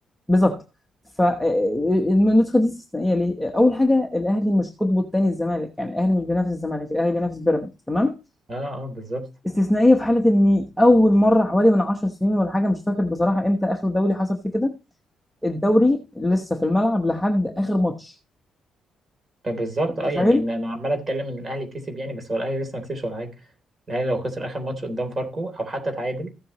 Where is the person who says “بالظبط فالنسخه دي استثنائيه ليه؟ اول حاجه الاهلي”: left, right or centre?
Centre